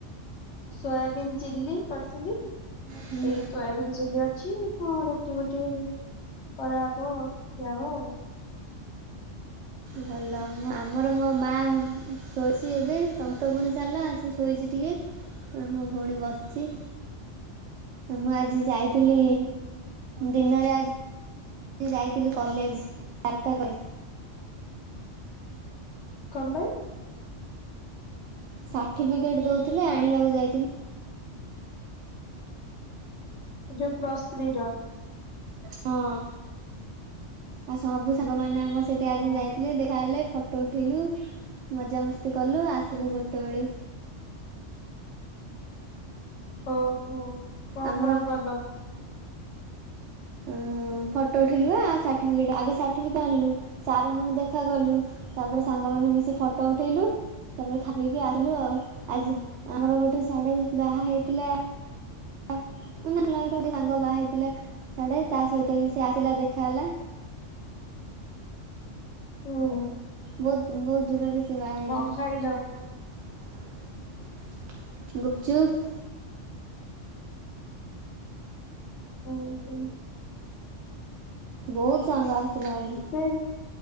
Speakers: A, on the left (about 65°); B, on the right (about 70°).
A: ସୋୟାବିିନ ଚିଲ୍ଲି କରିଥିଲି
B: ହୁଁ,
A: ସେଇ ସୋୟାବିିନ ଚିଲ୍ଲି ଅଛି କଣ ରୁଟି ବୁଟି। କରାହବ ଖିଆ ହବ ଆଉ।
B: ଭଲ ମୁଁ ଆମର ମୋ ମାଆ ସିଏବି ତନ୍ତ ବୁଣି ସାରିଲା ଆସି ଶୋଇଛି ଟିକେ। ଆ ମୋ ଭଉଣୀ ବସିଛି। ମୁଁ ଆଜି ଯାଇଥିଲି
A: ହୁଁ
B: ଦିନରେ ଆଜି ମୁଁ ଯାଇଥିଲି କଲେଜ କାନ୍ତା କଲ।
A: କଲେଇ।
B: ସାର୍ଟିଫିକେଟ ଦଉଥିଲେ ଆଣିବାକୁ ଯାଇଥିଲି।
A: ଯୋ ପ୍ଲସ ସ୍ତ୍ରୀ ର
B: ହଁ ଆ ସବୁ ସାଙ୍ଗ ମାନେ ଆ ମର ସେଇଠି ଆଜି
A: ଓ
B: ଯାଇଥିଲେ ଦେଖାହଲେ। ଫ ଫଟୋ ଉଠେଇଲୁ ମଜାମସ୍ତି କଲୁ। ଆସିଲୁ ଗୋଟେବେଳୁ।
A: ଓ ହୋ। କଣ
B: ଆମର
A: କଣ କରଲ?
B: ଉଁ ଫଟୋ ଉଠେଇଲୁ ବା। ସାଟିପିକେଟ ଆଗେ ସାତିଫିକେଟ ଆଣିଲୁ। ସାର୍ ମନଙ୍କୁ ଦେଖା କଲୁ। ତାପରେ ସାଙ୍ଗ ମାନ ମିଶି ଫଟୋ ଉଠେଇଲୁ। ତାପରେ ଖାପିକି ଆସିଲୁ ଆଉ।
A: ହୁଁ।
B: ଆଜି ଆମର ଗୋଟେ ଶାଢ଼େ ବାହା ହେଇ ପ୍ଲେ ଆ ମାନେ କ୍ଲାସର ଗୋଟେ ସାଙ୍ଗ ବାହା ହେଇଥିଲା ସାଡେ ତା ସହିତ ବି ସେ ଆସିଲା ଦେଖା ହେଲା।
A: ହୁଁ।
B: ବହୁତ ବହୁତ ଦୂରରେ ସେ ବାହା ହେଇଥିଲା।
A: କଣ ଖାଇଲ?
B: ଗୁପଚୁପ।
A: ହୁଁ ହଁ।
B: ବହୁତ ସାଙ୍ଗ ଆସିଥିଲା ଆଜି
A: ନାଇ।